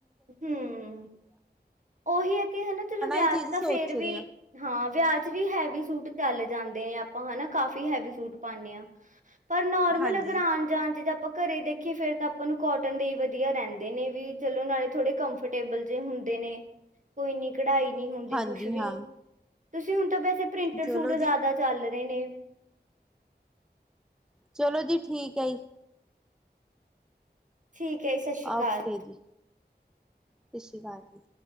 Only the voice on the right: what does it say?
ਹਮ ਉਹੀ ਅੱਗੇ ਹਨਾ ਚਲੋ ਵਿਆਹ
ਚ ਤਾਂ
ਫੇਰ ਵੀ
ਹਾਂ ਵਿਆਹ ਚ ਵੀ ਹੈਵੀ ਸੂਟ ਚੱਲ ਜਾਂਦੇ ਨੇ ਆਪਾਂ ਹਨਾ ਕਾਫੀ ਹੈਵੀ ਸੂਟ ਪਾਉਦੇ ਹਾਂ। ਪਰ ਨੋਰਮਲ
ਅਗਰ ਆਉਣ ਜਾਣ ਚ ਤਾਂ ਆਪਾਂ ਘਰੇ ਦੇਖੀਏ ਫੇਰ ਤਾਂ ਆਪਾਂ ਨੂੰ ਕੋਟਨ ਦੇ ਹੀ ਵਧੀਆ ਰਹਿੰਦੇ ਨੇ ਵੀ ਚਲੋ ਨਾਲੇ ਥੜੇ ਕੰਫਰਟੇਬਲ ਹੁੰਦੇ ਨੇ। ਕੋਈ ਨੀ। ਕਢਾਈ ਨੀ ਹੁੰਦੀ
ਕੁਛ ਵੀ
ਤੁਸੀਂ ਹੁਣ ਬ ਪ੍ਰਿੰਟਡ
ਸੂਟ ਜ਼ਿਆਦਾ
ਚੱਲ ਨੇ
ਠੀਕ ਹੈ ਸਤਿ ਸ਼੍ਰੀ ਅਕਾਲ।